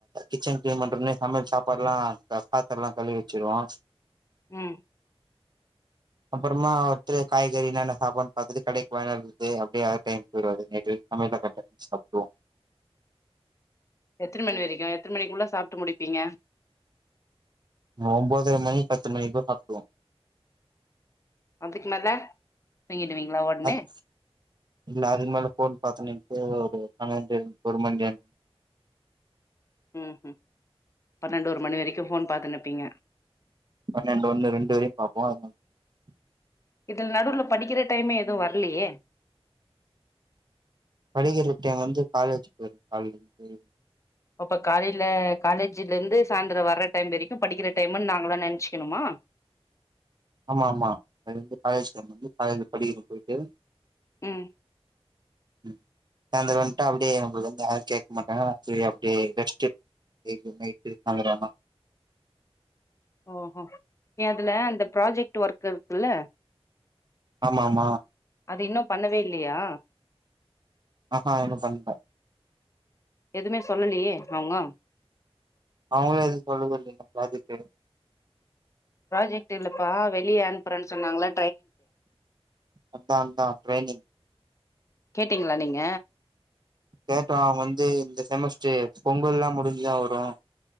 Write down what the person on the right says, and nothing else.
கிச்சன் கிளீன் பண்றோனே சமையல் சாப்பாடு எல்லா பாத்திர எல்லா கழு வச்சிருவா
அப்பறமா ஒருதரு காய்கறி என்னன்ன சாப்பாடுனு பார்த்தட்டு கடைக்கு வாய்யுனுவருது அப்படியே அத டைம் போயிடும் நைட்டு சமையல் <unintelligible> சாப்பிடுவோம்
ஒம்பதர மணி பத்து மணிக்குள்ள சாப்புட்டுருவோ
அது இல்ல அதுக்கு மேல ஃபோன் பாத்துனு பொதுவா ஒரு பன்னெண்டு ஒரு மணி <inaudible>
பன்னெண்டு ஒண்ணு ரெண்டு வரையும் பாப்போ <unintelligible>
படிக்கிற டைம் வந்து காலேஜ் போயிட்டு <unintelligible>
ஆமா ஆமா அதுந்து காலேஜ் வந்து காலேஜ்ல படிக்கிற போயிட்டு
ம் சாயந்தரம்வன்ட்டடு அப்படியே நம்மள வந்து யாரும் கேட்க மாட்டாங்க அப்படியே ரெஸ்ட்டு <unintelligible> நைட்டு <unintelligible>
ஆமா ஆமா
ஆ ஆ இன்னு பண்ல
அவங்களு எது சொல்லலைங்கலா பிராஜட்டு
அதான்தான் ட்ரரைனிங்
கேட்டாம் அவங்க வந்து இந்த செமஸ்டர் பொங்கல்லாம் முடிஞ்சுதான் வரும்